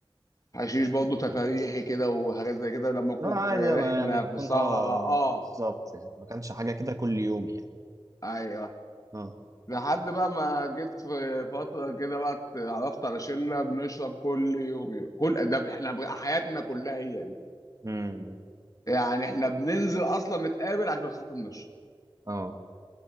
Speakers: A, on the left; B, on the right.
A: حشيش برضه تفاريحي كده وحاجات زي كده لما اكون
B: لا عادي
A: في رحله
B: ما يعني اكون
A: في صحراء
B: اه
A: اه
B: بالظبط يعني. ما كانش حاجه كده كل يوم يعني
A: ايوه
B: اه
A: لحد بقى ما جيت في فتره كده بقى اتعرفت على شله بنشرب كل يوم كل ده احنا بقى حياتنا كلها هي دي
B: امم
A: يعني احنا بننزل اصلا نتقابل عشان خاطر نشرب
B: اه